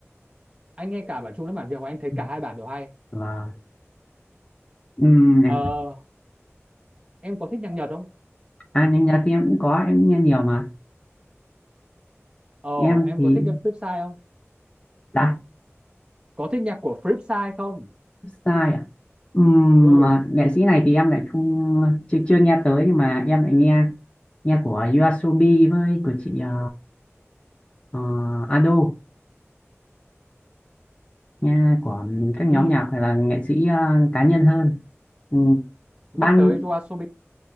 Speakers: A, on the right (about 20°); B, on the left (about 25°).
A: anh nghe cả bản Trung lẫn bản Việt và anh thấy
B: Ừ,
A: cả hai bản đều hay
B: vâng Ừm, này
A: ờ em có thích nhạc Nhật không
B: à nhanh nhật thì em cũng có em nghe nhiều mà
A: ờ
B: em
A: em
B: thì
A: có thích nhạc Flipside không
B: đã
A: có thích nhạc của Flipside không
B: sai à Ừm,
A: ừ
B: mà nghệ sĩ này thì em lại không chưa chưa nghe tới nhưng mà em lại nghe nghe của YOASOBI với của chị ờ, ờ, Ado nghe của các nhóm
A: ừ
B: nhạc hay là nghệ sĩ ờ, cá nhân hơn Ừm,
A: nhắc
B: ban
A: tới YOASOBI